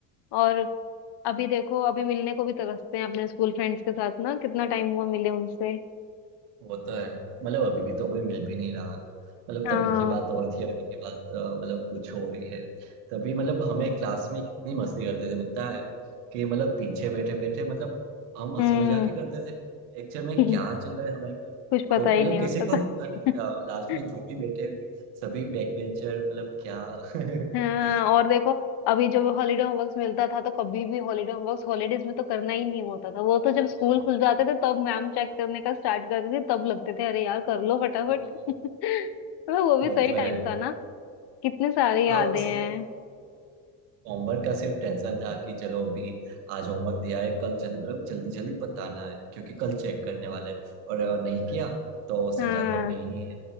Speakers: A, on the left; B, on the right.
A: और अभी देखो अभी मिलने को भी तरसते हैं अपने स्कूल फ्रेंड्स के साथ ना कितना टाइम हुआ मिले उनसे
B: वो तो है मतलब अभी तो कोई मिल भी नहीं रहा मतलब
A: हाँ
B: तभी की बात और थी अभी की बात अ, मतलब कुछ हो रही है तभी मतलब हमें क्लास में कितनी मस्ती करते थे पता है कि मतलब पीछे बैठे बैठे मतलब हम हंसी
A: हम्म
B: मजाक ही करते थे लेक्चर में
A: <laughs>
B: क्या चल रहा है हमें मतलब
A: कुछ पता
B: को-
A: ही
B: मतलब
A: नहीं
B: किसी
A: होता
B: को
A: था
B: पता नहीं
A: <laughs>
B: था लास्ट में जो भी बैठे सभी बैक बेंचर मतलब क्या <laughs>
A: हाँ और देखो अभी जब हॉलीडे होमवर्क मिलता था तो कभी भी हॉलीडे होमवर्क हॉलीडेज में तो करना ही नहीं होता था वो तो
B: हाँ
A: जब स्कूल खुल जाते थे तब मैम चेक करने का स्टार्ट करती थी तब लगते थे अरे यार कर लो फटाफट
B: हाँ
A: <laughs> तो वो भी
B: वो
A: सही
B: तो
A: टाइम
B: है
A: था ना कितने सारे यादें
B: हाँ सेम
A: हैं
B: मतलब होमवर्क का सिर्फ टेंशन था कि चलो अभी आज होमवर्क दिया है कल जल्दी मतलब जल्दी जल्दी बताना है क्योंकि कल चेक करने वाला है और अगर नहीं किया तो
A: हाँ
B: सजा तो मिलनी है